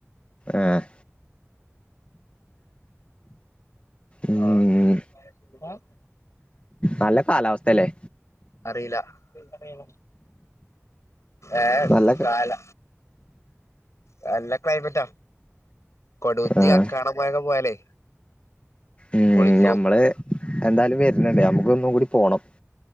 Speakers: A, on the left; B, on the left.
A: ആഹ- ഉം
B: ആഹ
A: നല്ല കാലാവസ്ഥല്ലേ
B: അറീല്ല പറയോ ഏഹ്
A: നല്ല
B: താല. നല്ല ക്ലൈമറ്റാ. കൊടൂത്തി
A: ആഹ്
B: കക്കാട പോയൊക്കെ പോയാലേ.
A: ഉം
B: പൊളിക്കും
A: ഞമ്മള് എന്തായാലും വരണണ്ട് ഞമ്മ ഇവിടെ ഒന്നും കൂടി പോണം.